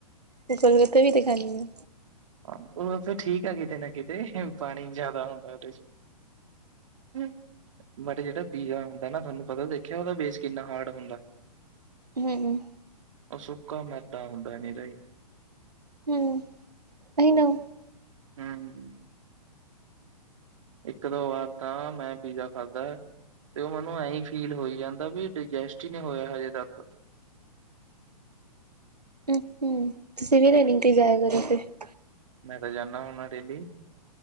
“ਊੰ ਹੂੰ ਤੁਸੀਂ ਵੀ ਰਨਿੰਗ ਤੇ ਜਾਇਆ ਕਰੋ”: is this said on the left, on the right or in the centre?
Right